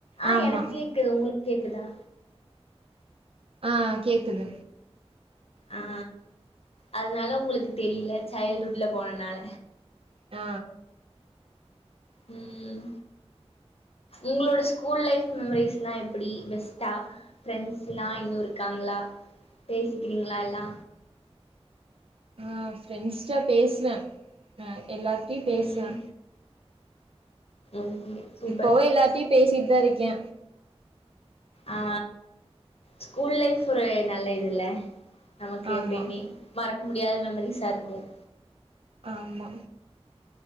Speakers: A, on the left; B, on the right.
A: ஆஹ்
B: ஆமா
A: எனக்கு கேக்குது உங்ளுக் கேக்குதா
B: ஆ கேக்குது
A: ஆ அதனால உங்களுக்கு தெரியில சைல்டுவுட்ல போனனால
B: ஆ
A: ம் உங்களோட ஸ்கூல் லைஃப் மெமரிஸ்லா எப்டி பெஸ் தா ஃப்ரெண்ஸ் எல்லா இன்னு இருக்காங்களா பேசிக்கிறீங்களா எல்லா
B: ஆ ஃப்ரெண்ட்ஸ்ட பேசுவே <inaudible> எல்லார்டையு பேசுவே
A: ம் ஓகே சூப்பர்
B: இப்பவு எல்லார்டையு பேசிட்டுதா இருக்கே
A: ஆ ஸ்கூல் லைஃப் ஒரு நல்ல இதுல்ல நமக்கு
B: ஆமா
A: எப்பயுமே மறக் முடியாத மெமரிஸா இருக்கும்
B: ஆமா